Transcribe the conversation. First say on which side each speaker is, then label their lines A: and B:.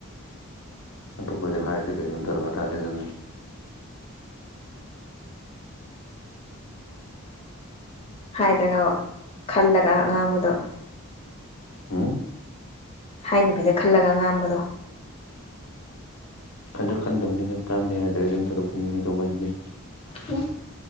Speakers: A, on the left; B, on the left.
A: ꯑꯇꯣꯞꯄꯗꯥ ꯍꯥꯏꯔꯁꯨ ꯀꯩꯁꯨꯝ ꯗꯔꯀꯥ ꯇꯗꯦꯅ
B: ꯍꯥꯏꯗ꯭ꯔꯒ ꯈꯜꯂꯒ ꯉꯥꯡꯕꯗꯣ
A: ꯍꯨꯝ
B: ꯍꯥꯏꯗꯥꯕꯤꯗ ꯈꯜꯂꯒ ꯉꯥꯡꯕꯗꯣ
A: ꯈꯟꯁꯨ ꯈꯟꯗꯕꯅꯤꯅ ꯀꯥꯟꯗꯦꯅ ꯗꯥꯏꯔꯦꯛ ꯑꯗꯨꯝ ꯊꯗꯣꯛꯄꯅꯤꯅꯦ ꯃꯤ ꯑꯇꯣꯞꯗꯨꯗꯤ
B: ꯍꯝ